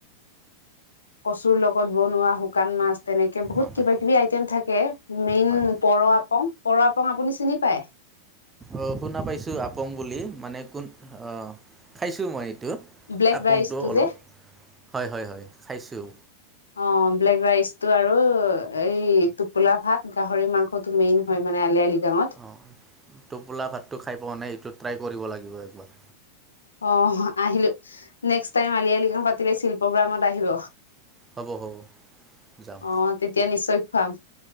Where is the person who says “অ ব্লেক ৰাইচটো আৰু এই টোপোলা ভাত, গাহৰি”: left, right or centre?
Left